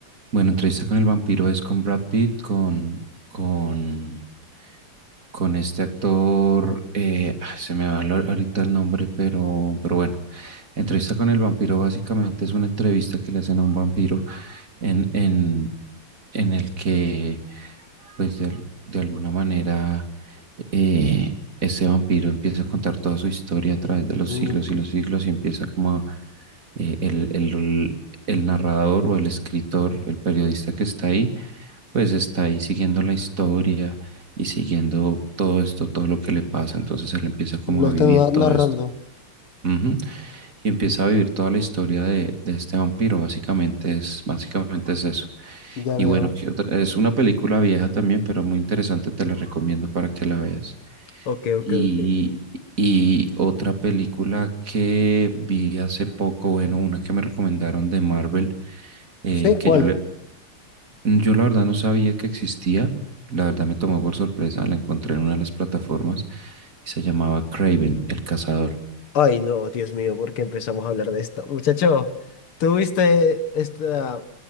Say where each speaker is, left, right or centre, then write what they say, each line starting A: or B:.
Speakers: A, on the right; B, on the left.
A: Bueno, entrevista con el vampiro es con Brad Pitt, con, con, con este actor, eh, ay, se me va lo- ahorita el nombre, pero, pero bueno, entrevista con el vampiro básicamente es una entrevista que le hacen a un vampiro en, en, en el que, pues de, al- de alguna manera, eh, ese vampiro empieza a contar toda su historia a través de los
B: Mm,
A: siglos y los siglos y empieza como a, eh, el, el- el narrador o el escritor, el periodista que está ahí, pues está ahí siguiendo la historia y siguiendo todo esto, todo lo que le pasa. Entonces él empieza como
B: Lo
A: a
B: están
A: vivir
B: na-
A: todo
B: narrando,
A: esto. Ujú. Y empieza a vivir toda la historia de, de este vampiro. Básicamente es, básicamente es eso.
B: ya
A: Y
B: veo.
A: bueno, ¿qué otra? es una película vieja también, pero muy interesante. Te la recomiendo para que la veas.
B: Ok,
A: Y,
B: ok, ok.
A: y otra película que vi hace poco, bueno, una que me recomendaron de Marvel, eh,
B: ¿Sí?
A: que
B: ¿Cuál?
A: yo le, yo la verdad no sabía que existía, la verdad me tomó por sorpresa, la encontré en una de las plataformas y se llamaba Kraven el cazador.
B: Ay, no, Dios mío, ¿por qué empezamos a hablar de esto? Muchacho, tú viste esta...